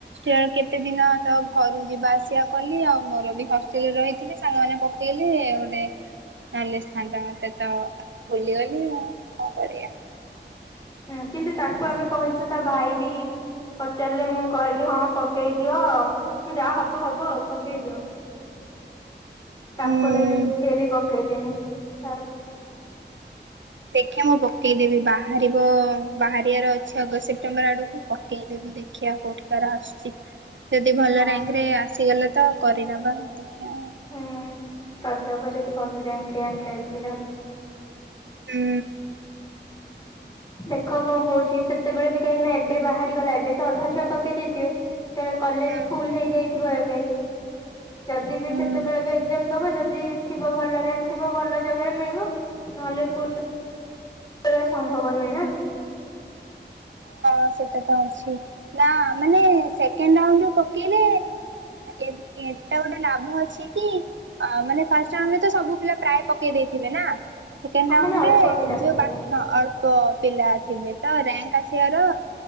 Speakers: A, on the right; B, on the left.
A: ଇୟର କେତେ ଦିନ ତ ଘରୁ ଯିବା ଆସିବା କଲି ଆଉ ମୋର ବି ହ ରହିଥିନି ସାଙ୍ଗମାନେ ପକେଇଲେ ଗୋଟେ ନଲେ ଆସିଥାନ୍ତା ମତେ ତ ଭୁଲିଗଲି ଆଉ କଣ କରିବା।
B: ହୁଁ କିନ୍ତୁ ତାକୁ ଆମେ କହିଛୁ ତା ଭାଇ ବି ପଚାରିଲେ ମୁଁ କହିଲି ହଁ ପକେଇଦିଅ ଆଉ। ଯାହା ହବ ହବ ଆଉ ପକେଇ ଦିଅ। ତାଙ୍କର
A: ହୁଁ
B: ବି ସେ ବି ପକେଇଲେନି ତାର
A: ଦେଖିବା ମୁଁ ପକେଇଦେବି ବାହାରିବ ବାହାରିବାର ଅଛି ଅଗଷ୍ଟ ସେପ୍ଟେମ୍ବର ଆଡକୁ, ପକେଇଦେବି ଦେଖ ଦେଖିବା କୋଉଠିିକାର ଆସୁଛି। ଯଦି ଭଲ
B: ହଁ
A: ରାଙ୍କ ରେ ଆସିଗଲେ ତ କରିନବା ଦେଖିବା।
B: ହୁଁ କରିଦବ ଯଦି ଭଲ ଆସିଲା।
A: ହୁଁ।
B: ଦେଖ କଂ ହଉଛି ସେତେବେଳେ ବି କାହିଁକି ନା ଏବେ ବାହାରିଗଲା ଏବେ ତ ଅଧା ଛୁଆ ପକେଇ ଦେଇଥିବେ। ସେତେବେଳେ କଲେଜ
A: ହୁଁ
B: ଫୁଲ ହେଇଯାଇଥିବ ଏବେ। ଯଦି ବି
A: ହୁଁ।
B: ସେତେବେଳେ ବି ଏକ୍ଜାମ ଦବ ଯଦି ଥିବ ଭଲ ରାଙ୍କ ଥିବ ଭଲ ଜାଗାରେ ମିଳିବ ନହେଲେ ପୁ <inaudible> ସମ୍ଭବ ନୁହେଁ ନା।
A: ହଁ ସେଟା ତ ଅଛି ନା ମାନେ ସେକେଣ୍ଡ ରାଉଣ୍ଡ ରେ ପକେଇଲେ ଏ ଏଟା ଗୋଟେ ଲାଭ ଅଛି କି ଅ ମାନେ ଫାଷ୍ଟ ରାଉଣ୍ଡ ରେ ତ ସବୁ ପିଲା ପ୍ରାୟ ପକେଇ ଦେଇଥିବେ ନା। ସେକେଣ୍ଡ
B: ହଁ
A: ରାଉଣ୍ଡ
B: ମାନେ ଅଳ୍ପ
A: ରେ
B: ପିଲା
A: ଯୋଉ
B: ପକେଇବେ
A: ବା ହଁ ଅଳ୍ପ ପିଲା ଥିବେ ତ ରାଙ୍କ ଆସିବା ତ